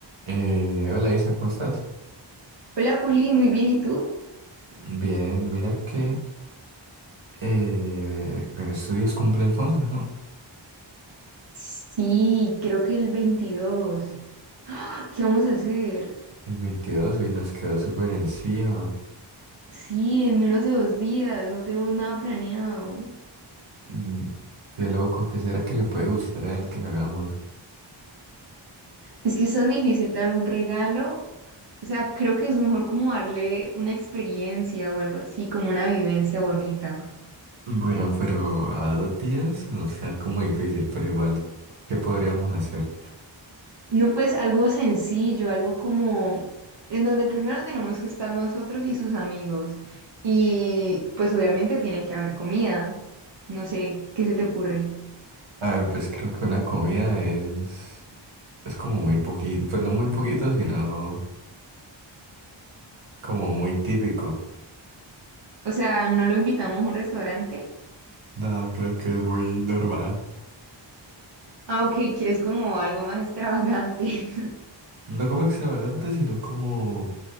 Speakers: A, on the right; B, on the right.
A: Eh, hola Isa, ¿cómo estás?
B: Hola Juli, muy bien, ¿y tú?
A: Bien, mira que eh, en estos días cumple Alfonso, ¿no?
B: Sí, creo que el 22. ¡Ah! ¿Qué vamos a hacer?
A: El veintidós y nos quedó súper encima.
B: Sí, en menos de dos días, no tenemos nada planeado.
A: Mm, Qué loco, ¿qué será que le puede gustar a él que lo hagamos?
B: Es que es tan difícil dar un regalo. O sea, creo que es mejor como darle una experiencia o algo así, como una vivencia bonita.
A: Bueno, pero a dos días nos queda como difícil, pero igual, ¿qué podríamos hacer?
B: No, pues algo sencillo, algo como en donde primero tenemos que estar nosotros y sus amigos. Y pues obviamente tiene que haber comida. No sé, ¿qué se te ocurre?
A: A ver, pues creo que una comida es, es como muy poquito, pues no muy poquito, sino como muy típico.
B: O sea, no lo invitamos a un restaurante.
A: No, creo que es muy normal.
B: Ah, ok, quieres como algo más extravagante. <laughs>
A: No como extravagante, sino como